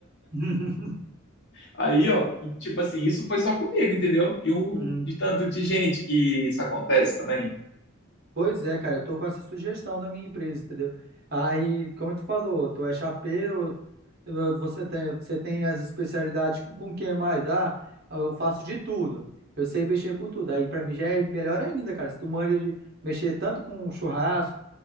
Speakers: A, on the right; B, on the left.
A: <laughs> uhum.
B: Aí, ó, e, tipo assim, isso foi só comigo, entendeu? E um
A: Uhum.
B: de tanto de gente que isso acontece também.
A: Pois é, cara, eu tô com essa sugestão da minha empresa, entendeu? Aí, como tu falou, tu é chapeiro, você tem, você tem as especialidades com o que mais? Ah, eu faço de tudo. Eu sei mexer com tudo. Aí pra mim já é melhor ainda, cara. Se tu manja de mexer tanto com churrasco,